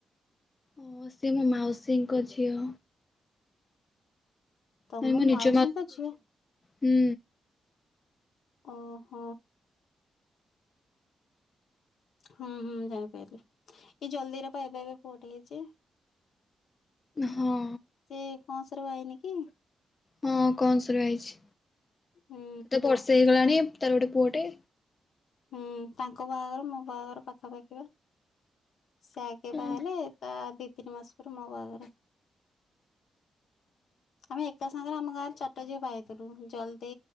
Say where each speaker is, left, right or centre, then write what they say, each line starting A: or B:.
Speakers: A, on the left; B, on the left.
A: ଓହୋ ସେ ମୋ ମାଉସୀଙ୍କ ଝିଅ।
B: ତମ
A: ମାନେ ମୋ ନିଜ
B: ମାଉସୀଙ୍କ ଝିଅ?
A: ହୁଁ
B: ଅହ। ହୁଁ ହୁଁ ଜାଣିପାଇଲି ଏଇ ଜଲ୍ ଦେଇର ପା ଏବେ ଏବେ ପୁଅଟେ ହେଇଚି।
A: ହଁ
B: ସେ କଅଁସରେ ବା ହେଇନି କି?
A: ହଁ କଂସରେ ବାହା ହେଇଛି
B: ହୁଁ
A: ତତେ ବର୍ଷେ ହେଇଗଲାଣି। ତାର ଗୋଟେ ପୁଅଟେ।
B: ହୁଁ ତାଙ୍କ ବାହାଘର ମୋ ବାହାଘର ପାଖାପାଖି ବା। ସେ ଆଗେ
A: ଓହୋ
B: ବାହା ହେଲେ ତା ଦି ତିନି ମାସ ପରେ ମୋ ବାହାଘର। ଆମେ ଏକା ସାଙ୍ଗରେ ଆମ ଗାଁରେ ଚାରିଟା ଝିଅ ବାହା ହେଇଥିଲୁ ଜଲି ଦି